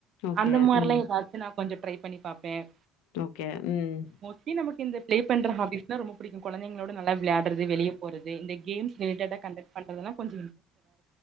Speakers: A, on the left; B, on the right.
A: ஓகே.
B: அந்த மாரிலாம்
A: ம்.
B: ஏதாச்சு நா கொஞ்ச ட்ரை பண்ணி பாப் பேன்
A: ஓகே. ம்.
B: மோஸ்ட்லி நமக்கு இந்த பிளே பண்ற ஹாபீஸ் தான் ரொம்ப பிடிக்கும் குழந்தைகளோடு நல்லா விளையாடறது வெளியே போறது த இந்த கேம்ஸ் ரிலேடட்ட அ கண்டக் பண்றதுனா கொஞ்ச